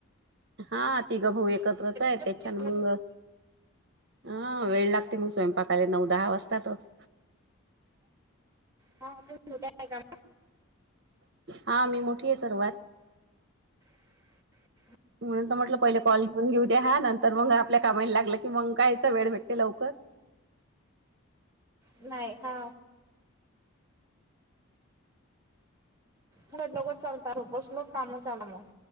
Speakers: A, on the right (about 55°); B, on the right (about 15°).
A: हा तिघं भाऊ एकत्रच
B: ना
A: आहे त्या छान मंग हा वेळ लागते मग स्वयंपाकाला नऊ, दहा वाजताातच
B: हा तो छोट्या आहे का
A: हा मी मोठी आहे सर्वात
B: <inaudible>
A: म्हणून तर म्हटलं पहिले कॉल घेऊ द्या नंतर मग आपल्या कामाला लागलं की मग कायचं वेळ भेटते लवकर
B: नाही हा ख लोच चालतात सपोज लक कामं चाल मग